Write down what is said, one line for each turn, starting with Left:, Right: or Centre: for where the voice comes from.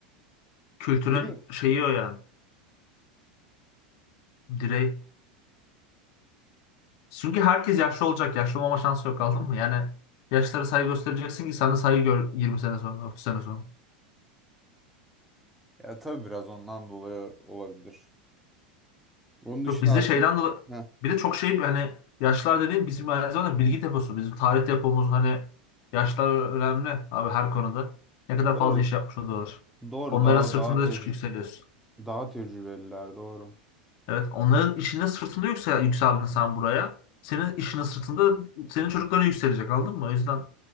Left: Kültürün
Centre: Bilim
Left: şeyi o yani. Direği. Çünkü herkes yaşlı olacak. Yaşlı olmama şansı yok aldın mı? Yani yaşlara saygı göstereceksin ki sana saygı gör 20 sene sonra, 30 sene sonra.
Centre: ya tabii biraz ondan dolayı olabilir. Onun dışında
Left: Yok bizde
Centre: aklım
Left: şeyden dolayı
Centre: Heh,
Left: bir de çok şey hani yaşlar dediğim bizim aynı zamanda bilgi deposu. Bizim tarih depomuz hani yaşlar önemli abi her konuda. Ne kadar
Centre: doğru
Left: fazla iş yapmış oluyorlar.
Centre: doğru
Left: Onların
Centre: daha
Left: sırtında
Centre: daha tecrü
Left: çık yükseliyorsun.
Centre: daha tecrübeliler doğru.
Left: Evet onların işinin sırtında yüksel, yükseldin sen buraya. Senin işinin sırtında senin çocukların yükselecek anladın mı? O yüzden